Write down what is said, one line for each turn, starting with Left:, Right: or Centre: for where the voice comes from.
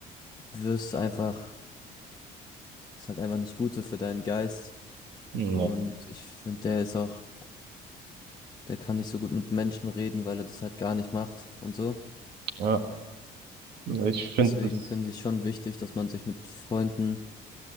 Left: wirst einfach, ist halt einfach nicht gut so für deinen Geist.
Right: na,
Left: Und ich finde, der ist auch, der kann nicht so gut mit Menschen reden, weil er das halt gar nicht macht und so.
Right: ja. Ich finde
Left: Deswegen
Right: das,
Left: finde ich schon wichtig, dass man sich mit Freunden